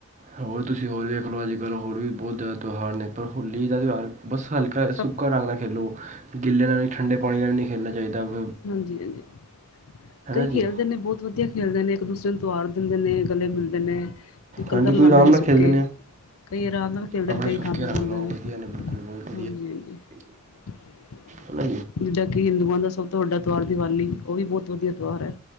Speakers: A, on the right; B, on the left.
A: ਹੋਰ ਤੁਸੀਂ ਹੋਰ ਵੀ ਵੇਖ ਲਓ, ਅੱਜ-ਕੱਲ੍ਹ ਹੋਰ ਵੀ ਬਹੁਤ ਜ਼ਿਆਦਾ ਤਿਉਹਾਰ ਨੇ, ਪਰ ਹੋਲੀ ਦਾ ਤਿਉਹਾਰ ਬਸ ਹਲ ਅ
B: ਸਭ
A: ਸੁੱਕਾ ਰੰਗ ਨਾਲ ਖੇਲੋ, ਗਿੱਲੇੇ ਨਾਲ ਵੀ, ਠੰਡੇ ਪਾਣੀ ਨਾਲ ਵੀ, ਨਹੀਂ ਖੇਲਣਾ ਚਾਹੀਦਾ ਫ
B: ਹਾਂਜੀ-ਹਾਂਜੀ ਕਈ ਖੇਲਦੇ
A: ਜੀ
B: ਨੇ, ਬਹੁਤ ਵਧੀਆ ਖੇਲਦੇ ਨੇ, ਇੱਕ ਦੂਸਰੇ ਨੂੰ ਤਿੳਆਰ ਦਿੰਦੇ ਨੇ। ਗੱਲੇ ਮਿਲਦੇ ਨੇ, ਤੇ ਕਲਰ
A: ਹਾਂਜੀ ਕੋਈ
B: ਲਾਂਦੇ
A: ਆਰਾਮ
B: ਨੇ
A: ਨਾਲ
B: ਸੁੱਕੇ।
A: ਖੇਲਦੇ
B: ਕਈ ਆਰਾਮ ਨਾਲ ਖੇਲਦੇ
A: ਆਪਣੇ
B: ਨੇ, ਕਈ
A: ਸੁੱਕੇ
B: ਗੰਦ
A: ਰੰਗ
B: ਪਾਂਦੇ
A: ਲਾਓ
B: ਨੇ
A: ਵਧੀਆ ਬਿਲਕੁਲ ਬਹੁਤ
B: ਹਾਂਜੀ-ਹਾਂਜੀ। <unintelligible>
A: ਅੱਛਾ
B: ਜਿੱਦਾਂ ਕਿ, ਹਿੰਦੂਆਂ ਦਾ ਸਭ ਤੋਂ ਵੱਡਾ ਤਿਉਆਰ ਦੀਵਾਲੀ, ਉਹ ਵੀ ਬਹੁਤ ਵਧੀਆ ਤਉਆਰ ਏ।